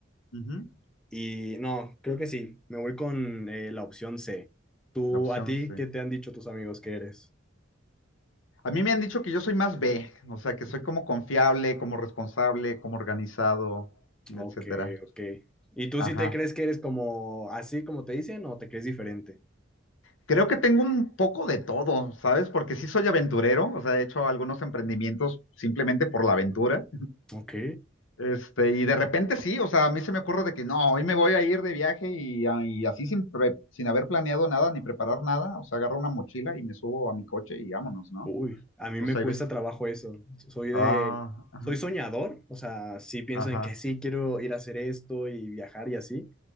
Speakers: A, on the left (about 70°); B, in the centre.
A: Ujú,
B: y no, creo que sí. Me voy con eh, la opción C. Tú,
A: La opción
B: a ti,
A: C.
B: ¿qué te han dicho tus amigos que eres?
A: A mí me han dicho que yo soy más B, o sea, que soy como confiable, como responsable, como organizado, etcétera.
B: Ok, ok. ¿Y tú
A: Ajá.
B: sí te crees que eres como así como te dicen o te crees diferente?
A: Creo que tengo un poco de todo, ¿sabes? Porque sí soy aventurero, o sea, he hecho algunos emprendimientos simplemente por la aventura.
B: Ok.
A: Este, y de repente sí, o sea, a mí se me ocurre de que no, hoy me voy a ir de viaje y, a- y así sin, pre- sin haber planeado nada ni preparar nada, o sea, agarro una mochila y me subo a mi coche y vámonos, ¿no?
B: Uy, a mí
A: O
B: me
A: sea,
B: cuesta
A: hay veces,
B: trabajo eso. Soy de,
A: ah, ajá,
B: soy soñador, o sea, sí pienso
A: ajá,
B: en que sí quiero ir a hacer esto y viajar y así,